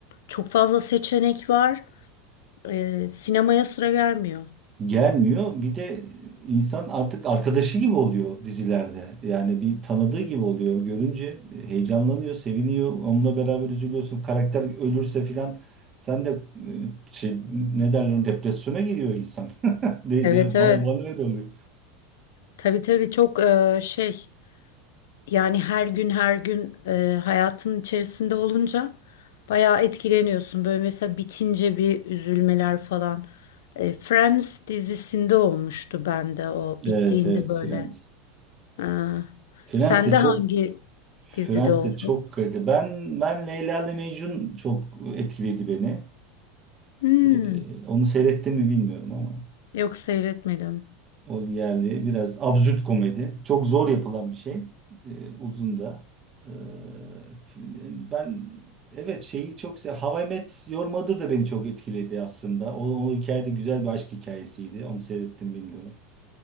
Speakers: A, on the left (about 85°); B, on the right (about 25°).
A: Çok fazla seçenek var. Ee, sinemaya sıra gelmiyor.
B: gelmiyor. Bir de insan artık arkadaşı gibi oluyor dizilerde. Yani bir tanıdığı gibi oluyor. Görünce heyecanlanıyor, seviniyor. Onunla beraber üzülüyorsun. Karakter ölürse filan sen de e, şey ne derler ona, depresyona giriyor insan. <laughs> Deydi.
A: Evet, evet.
B: bana, bana öyle oluyor.
A: Tabii tabii çok e, şey yani her gün her gün e, hayatın içerisinde olunca bayağı etkileniyorsun. Böyle mesela bitince bir üzülmeler falan. E, Friends dizisinde olmuştu bende o bittiğinde
B: Evet evet
A: böyle.
B: Friends.
A: Ha.
B: Friends
A: Sende
B: de çok
A: hangi dizide
B: Friends
A: oldu?
B: de çok kaliteli. Ben ben Leyla ile Mecnun çok etkiledi beni.
A: Hmm.
B: Ee, onu seyrettim mi bilmiyorum ama.
A: Yok seyretmedim.
B: O yerli biraz absürt komedi. Çok zor yapılan bir şey. Ee, uzun da. Ee, f- yani ben evet şeyi çok sev How I Met Your Mother da beni çok etkiledi aslında. O, o hikaye de güzel bir aşk hikayesiydi. Onu seyrettim bilmiyorum.